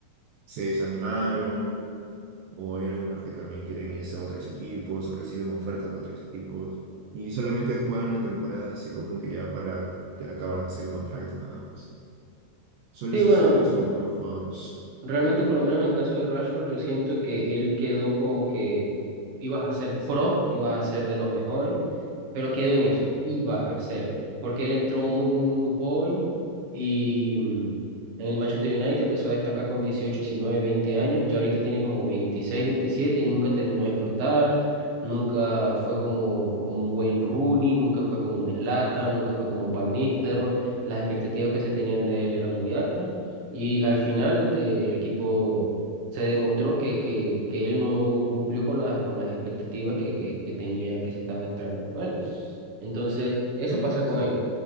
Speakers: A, on the right; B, on the right.
A: se desanimaron o hay algunos que también quieren irse a otros equipos o reciben ofertas de otros equipos y solamente juegan la temporada así como que ya para acabarse el contrato nada más. Suele
B: Sí,
A: suceder
B: bueno,
A: eso en algunos jugadores.
B: realmente por lo menos en el caso de Rashford, yo siento que él quedó como que ibas a ser pro, ibas a ser de los mejores pero quedó en eso, iba a ser, porque él entró muy, muy, muy joven y mm, en el Manchester United empezó a destacar con 18, 19, 20 años, ya ahorita tiene como 26 27 y nunca terminó de explotar, nunca fue como, como un buen Rooney, nunca fue como un Zlatan, nunca fue como un Van Nistelrooy, las expectativas que se tenían de él eran muy altas. Y al final del equipo se demostró que, que, que él no cumplió con la, con las expectativas que, que, que tenían, que se estaban esperando con él. Entonces, eso
A: Eh,
B: pasa con él.